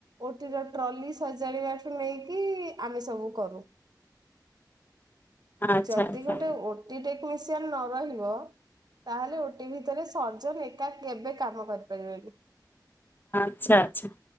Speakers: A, on the right; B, on the left.
A: ଓଟିର ଟ୍ରଲି ସଜାଡିବାଠୁ ନେଇକି ଆମେ ସବୁ କରୁ।
B: ଆଚ୍ଛା
A: ଯଦି
B: ଆଚ୍ଛା
A: ଗୋଟେ
B: ହଁ
A: ଓ ଓଟି ଟେକ୍ନିସିଆନ ନ ରହିବ, ତାହେଲେ ଓଟି ଭିତରେ ସେ ଫର୍ଜର ଏକା କେବେ କାମ କରିପାରିବେନି।
B: ଆଚ୍ଛା ଆଚ୍ଛା।